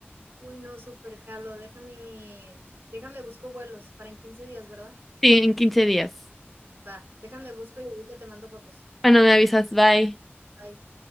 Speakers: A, on the right (about 65°); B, in the centre.
A: Uy, no, súper jalo. Déjame, déjame busco vuelos para en 15 días, ¿verdad?
B: Sí, en 15 días.
A: Va, déjame busco y ahorita te mando fotos.
B: Bueno, me avisas, bye.
A: Bye.